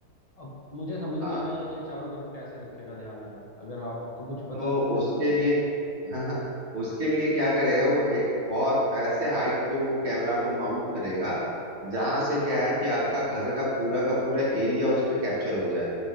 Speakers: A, on the left; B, on the right.
A: अब मुझे समझ नहीं
B: हाँ
A: आ रहा है यार ये चारों तरफ कैसे रखेगा ध्यान यार अगर आपको कुछ पता
B: तो
A: है तो मुझे
B: उसके
A: बताओ
B: लिए हाँ हाँ उसके लिए क्या करेगा वो एक बहुत ऐसे हाइट पे वो कैमरा को माउंट करेगा जहां से क्या है कि आपका घर का पूरा का पूरा एरिया उसमें कैप्चर हो जाए